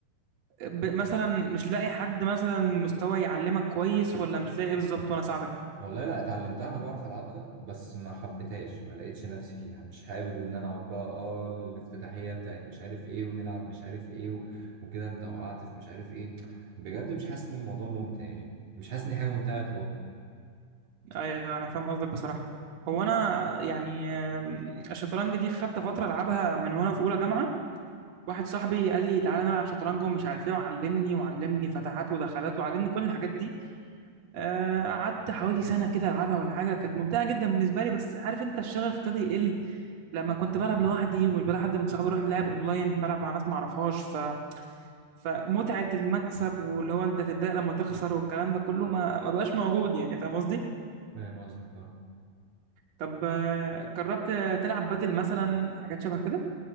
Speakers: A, on the right (about 70°); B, on the right (about 45°).
A: ب... مثلا مش لاقي حد مثلا مستوى يعلمك كويس ولا مش لاقي ايه بالظبط وانا اساعدك
B: والله لا اتعلمتها انا بعرف العبها بس ما حبيتهاش ما لقيتش نفسي فيها مش حابب ان انا اقعد بقى اه الافتتاحيه بتاعت مش عارف ايه ونلعب مش عارف ايه و... وكده انت وقعت في مش عارف ايه بجد مش حاسس ان الموضوع ممتع يعني مش حاسس ان دي حاجه ممتعه اطلاقا
A: ايوه انا فاهم قصدك بصراحه هو انا يعني آم، الشطرنج دي خدت فتره العبها من وانا في اولى جامعه واحد صاحبي قال لي تعالى نلعب شطرنج ومش عارف ايه وعلمني وعلمني فتحات ودخلات وعلمني كل الحاجات دي آه، قعدت حوالي سنه كده العبها ولا حاجه كانت ممتعه جدا بالنسبه لي بس عارف انت الشغف ابتدى يقل لما كنت بلعب لوحدي ومش بلاقي حد من صحابي اروح لعب اونلاين بلعب مع ناس ما اعرفهاش ف فمتعه المكسب واللي هو انت تتضايق لما تخسر والكلام ده كله ما ما بقاش موجود يعني فاهم قصدي
B: فاهم قصدك اه
A: طب آه، جربت تلعب بدل مثلا حاجات شبه كده